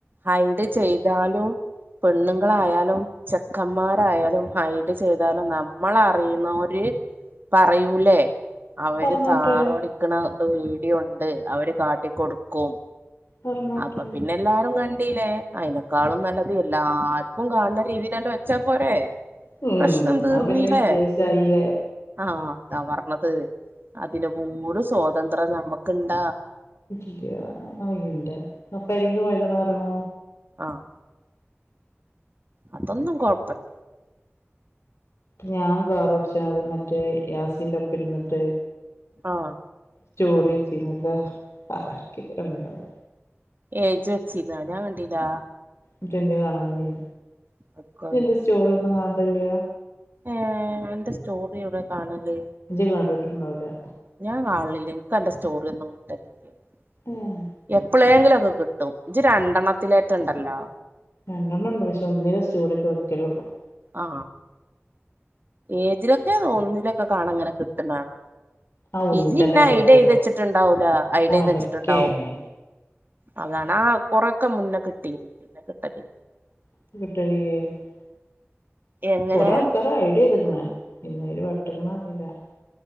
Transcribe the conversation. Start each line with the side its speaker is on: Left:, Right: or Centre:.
Right: ഹൈഡ് ചെയ്താലും പെണ്ണുങ്ങളായാലും ചെക്കന്മാരായാലും ഹൈഡ് ചെയ്താലും നമ്മളറിയുന്നോര് പറയൂലേ അവര്
Left: പറഞ്ഞോട്ടെ
Right: താണോടിക്കണത് വീഡിയോണ്ട് അവര് കാട്ടിക്കൊടുക്കും
Left: പർഞ്ഞോട്ടെ
Right: അപ്പൊ പിന്നെ എല്ലാരും കണ്ടീല്ലേ അയിനെക്കാളും നല്ലത് എല്ലാർക്കും കാണ രീതില് വെച്ചാ പോരേ
Left: ഉം
Right: പ്രശ്നം
Left: എന്നാ
Right: തീർന്നീലേ
Left: പിന്നെ വിശേഷായില്ലേ
Right: ആഹ അതാ പറഞ്ഞത് അതിന്പൂല സ്വാതന്ത്ത്രം നമ്മക്ക്‌ ഉണ്ട
Left: ഇ അയിന്റെ അപ്പരിന്ന് പോയതോണ അറിയണോ
Right: ആഹ് അതൊന്നും കുഴപ്പല്
Left: ഞാൻ കാറോടിച്ചത് മറ്റേ യാസിീന്റെ ഒപ്പ ഇരുന്നിട്ട്
Right: ആഹ
Left: സ്റ്റോറി ചെയ നല്ല ആരക്കെ ഉണ്ടാവ
Right: ഏയ് ജോച്ചിതാ ഞാൻ കണ്ടില്ലാ
Left: ഇട്ടന്റെ കാണഞ്ഞേ
Right: അതൊക്കെ
Left: എന്റെ സ്റ്റോറി ഒന്നും കാണണ്ടില്ല
Right: ഏ എന്റെ സ്റ്റോറി ഇവി കാണല്
Left: ഇജ്ജ് കണ്ടിട്ടുണ്ടാവില്ലാ
Right: ഞാൻ <unintelligible> ക്ക് അന്റെ സ്റ്റോറിന്നും കിട്ട <unintelligible>
Left: ഏഹ്
Right: എപ്പളെങ്കിലും ഒക്കെ കി ട്ടോ ജ്ജ് രണ്ടെണ്ണത്തിലേറ്റുണ്ടല്ലോ
Left: രണ്ടെണ്ണം ഉണ്ട് പക്ഷെ ഒന്നില സ്റ്റോറി ഒക്കെ വെക്കലുള്ളൂ
Right: ആ ഏജിലൊക്കെ ഒന്നിലൊക്കെ കാണ ഇങ്ങനെ കിട്ടുന്ന കാണ
Left: ആ ഒന്നിൽ
Right: ഇത്
Left: തന്നെ
Right: ഇന്ന്
Left: ഞാൻ
Right: ഐഡ്
Left: വെക്കലുള്ളൂ
Right: ചെയ്ത് വെച്ചിട്ടുണ്ടാവൂലോ ഐഡ്
Left: ഒലക്കേണ്
Right: ചെയ്ത് വെച്ചിട്ടുണ്ടാവും അങ്ങാണം കൊറൊക്കെ മുന്നേ കിട്ടീന്ന് പിന്നെ കിട്ടരു
Left: <unintelligible>
Right: എങ്ങനെ
Left: കൊറെേ <unintelligible> ഐഡിയ എതുക്കണ പിന്നേര് വട്ടക്കണ അറിയില്ല